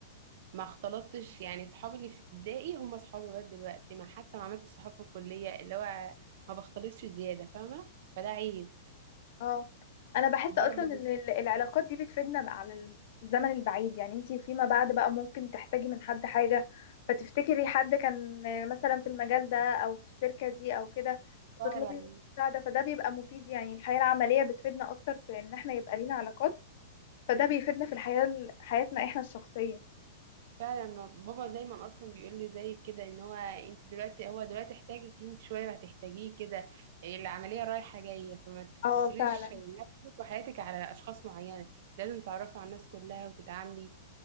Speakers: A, on the right (about 60°); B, on the left (about 60°).
A: ما اختلطتش يعني صحابي اللي في ابتدائي هم صحابي لغايه دلوقتي ما حتى ما عملتش صحاب في الكليه اللي هو ما بختلطش زياده فاهمه فده عيب
B: اه انا بحس
A: برضه
B: اصلا ان ال- العلاقات دي بتفيدنا بقى على الزمن البعيد يعني انتي فيما بعد بقى ممكن تحتاجي من حد حاجة فتفتكري حد كان مثلا في المجال ده او في الشركة دي او كده وتطلبي
A: فعلا
B: منه مساعدة فده بيبقى مفيد يعني الحياة العملية بتفيدنا اكتر في ان احنا يبقى لينا علاقات فده بيفيدنا في الحياة ال- حياتنا احنا الشخصية
A: فعلا بابا دايما اصلا بيقول لي زي كده ان هو انت دلوقتي هو دلوقتي احتاجك انت شويه هتحتاجيه كده العمليه رايحه جايه فما تقتصريش
B: اه فعلا
A: نفسك وحياتك على اشخاص معينه لازم تعرفي على الناس كلها وتتعاملي